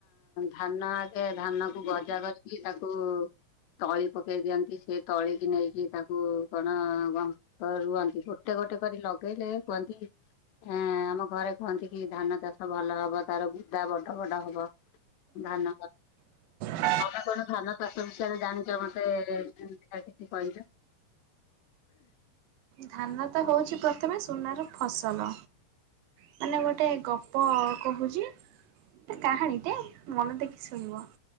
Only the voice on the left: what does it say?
ଧାନ ଆଗେ ଧାନ କୁ ଗଜା କରିକି ତାକୁ ତଳି ପକେଇ ଦିଅନ୍ତି ସେ ତଳି କିି ନେଇକି ତାକୁ କଣ ତ ରୁଅନ୍ତି ଗୋଟେ କ ଗୋଟେ କରି ଲଗେଇଲେ କୁହନ୍ତି ହୁଁ ଆମ ଘରେ କୁହନ୍ତି କି ଧାନ ଚାଷ ଭଲ ହବ ତାର ଗୁଦା ବଡ ବଡ ହବ। ଧାନ
ତମେ କଣ ଧାନ ଚାଷ ବିଷୟରେ ଜାଣିଚ ମତେ ଏମତି ଟିକେ କହିଲ।